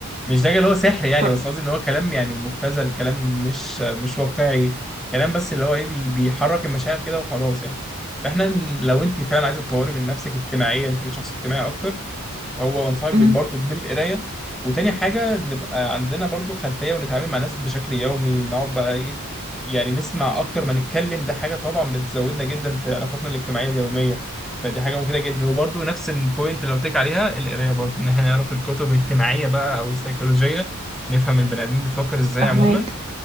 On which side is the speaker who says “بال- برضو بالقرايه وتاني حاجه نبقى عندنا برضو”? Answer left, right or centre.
Centre